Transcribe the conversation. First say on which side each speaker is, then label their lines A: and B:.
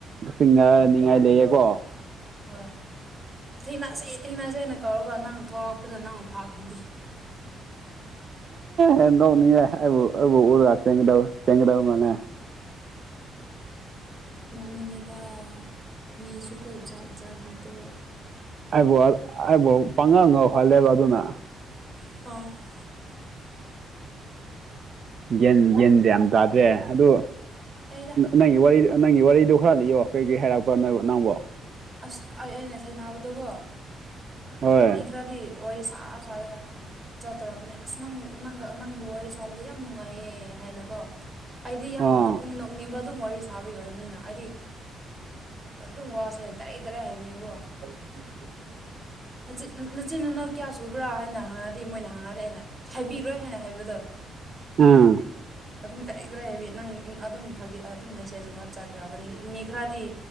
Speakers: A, on the right (about 50°); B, on the right (about 25°).
A: ꯆꯤꯡꯅꯅꯤꯡꯉꯥꯏ ꯂꯩꯌꯦꯀꯣ
B: ꯍꯣꯏ ꯊꯦꯡꯅꯁꯦ ꯊꯦꯡꯅꯁꯦꯅ ꯀꯧꯔꯒ ꯅꯪ ꯊꯣꯂꯛꯄꯗ ꯅꯪꯅ ꯐꯥꯈ꯭ꯔꯗꯤ
A: ꯍꯦ ꯅꯣꯛꯅꯤꯡꯉꯦ ꯑꯩꯕꯨ ꯑꯩꯕꯨ ꯎꯔ ꯆꯦꯟꯒꯗꯞ ꯆꯦꯟꯒꯗꯕ꯭ꯔꯅꯦ
B: ꯅꯣꯛꯅꯤꯡꯉꯤꯗꯥ ꯃꯤꯁꯨꯀꯣ ꯖꯥꯠ ꯖꯥꯠꯅꯤꯀꯣ
A: ꯑꯩꯕꯨ ꯑꯩꯕꯨ ꯄꯪꯉꯥꯎ ꯉꯥꯎꯍꯜꯂꯦꯕ ꯑꯗꯨꯅ
B: <unintelligible>
A: ꯒ꯭ꯌꯟ ꯒ꯭ꯌꯟ ꯌꯥꯝ ꯇꯥꯗꯦ ꯑꯗꯨ
B: ꯑꯩꯗ
A: ꯅꯪꯒꯤ ꯋꯥꯔꯤ ꯅꯪꯒꯤ ꯋꯥꯔꯤꯗꯣ ꯈꯔ ꯂꯤꯌꯣ ꯀꯩꯀꯩ ꯍꯥꯏꯔꯛꯄ꯭ꯔꯥ ꯅꯣꯏꯕꯣ ꯅꯪꯕꯣ
B: ꯑꯁ ꯑꯩ ꯑꯩꯅ ꯊꯦꯡꯅꯕꯗꯨꯀꯣ
A: ꯍꯣꯏ
B: ꯃꯤ ꯈꯔꯗꯤ ꯋꯥꯔꯤ ꯁꯥ ꯁꯥꯔꯒ ꯆꯇꯧꯔꯛꯀꯅꯤ ꯑꯁ ꯅꯪ ꯅꯪꯪꯒ ꯅꯪꯕꯨ ꯋꯥꯔꯤ ꯁꯥꯕ ꯌꯥꯝ ꯅꯨꯡꯉꯥꯏꯌꯦ ꯍꯥꯏꯅꯀꯣ ꯑꯩꯗꯤ ꯌꯥꯝ
A: ꯑꯥ
B: ꯅꯣꯛꯅꯤꯡ ꯅꯣꯛ ꯅꯤꯡꯕꯥ ꯑꯗꯨꯝ ꯋꯥꯔꯤ ꯁꯥꯕꯩ ꯑꯣꯏꯔꯝꯅꯤꯅ ꯑꯩꯗꯤ ꯑꯗꯨꯝ ꯋꯥꯁꯦ ꯗꯥꯢꯔꯦꯛ ꯗꯥꯢꯔꯦꯛ ꯍꯥꯏꯕꯅꯦꯕꯣ
A: <inaudible>
B: ꯅꯆꯤ ꯅꯆꯤꯟ ꯅꯅꯥꯎ ꯀꯌꯥ ꯁꯨꯕ꯭ꯔꯥ ꯍꯥꯏꯅ ꯍꯪꯉꯗꯤ ꯃꯣꯏꯅ ꯍꯪꯉꯗꯤ ꯑꯩꯅ ꯍꯥꯏꯕꯤꯔꯣꯏ ꯍꯥꯏꯅ ꯍꯥꯏꯕꯗꯣ
A: ꯎꯝ
B: ꯑꯗꯨꯝ ꯗꯥꯢꯔꯦꯛ ꯗꯥꯢꯔꯦꯛ ꯍꯥꯏꯕꯤ ꯅꯪ ꯑꯗꯨꯝ ꯐꯥꯒꯤ ꯑꯗꯨꯝ ꯃꯦꯁꯦꯖ ꯒꯨꯝꯕ ꯆꯥꯠ ꯇꯧꯔꯛꯀꯅꯤ ꯃꯤ ꯈꯔꯗꯤ